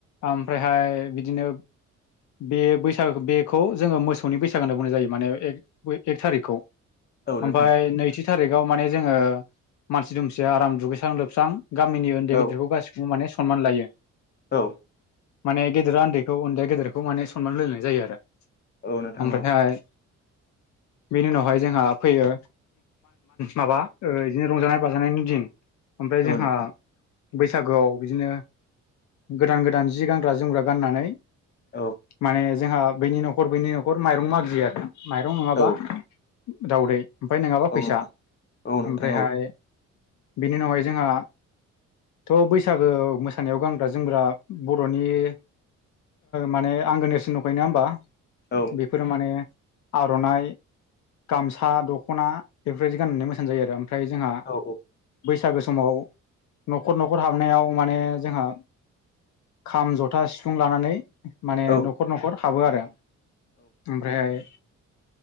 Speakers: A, on the left; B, on the left.
A: ओमफ्रायहाय बिदिनो बे बैसागो बेखौ जोङो मोसौनि बैसागो होनना बुंनाय जायो माने एक थारिखखौ
B: औ नोंथां
A: ओमफ्राय नैथि थारिखाव माने जोङो मानसि दुमसिया आराम दुगैस्रां लोबस्रां गामिनि उनदै
B: औ
A: गेदेरखौ गासिखौबो माने सनमान लायो
B: औ
A: माने गेदेरा उन्दैखौ उन्दैया गेदेरखौ माने सनमान होलायनाय जायो आरो
B: औ नोंथां
A: ओमफ्रायहाय
B: औ <inaudible>
A: बेनि उनावहाय जोंहा फैयो माबा बिदिनो रंजानाय बाजानायनि दिन ओमफ्राय जोंहा
B: औ नोंथां
A: बैसागोआव बिदिनो गोदान गोदान जि गानग्रा जोमग्रा गाननानै
B: औ
A: माने जोंहा बैनि न'खर बैनि न'खर माइरं मागियो आरो माइरं नङाबा
B: औ
A: दावदै ओमफ्राय नङाबा
B: औ
A: फैसा
B: नोंथां औ नोंथां
A: ओमफ्रायहाय
B: औ
A: बेनि उनावहाय जोंहा थ' बैसागो मोसानायाव गान ग्रा जोमग्रा बर'नि माने आंगो नेरसोन दंखायो नङा होनबा
B: औ
A: बेफोरो माने आर'नाइ गामसा दख'ना बेफोरबायदि गाननानै मोसानाय जायो आरो ओमफ्राय जोंहा
B: औ
A: बैसागो समाव न'खर न'खर हाबनायाव माने जोंहा खाम जथा सिफुं लानानै माने
B: औ
A: न'खर न'खर हाबो आरो ओमफ्रायहाय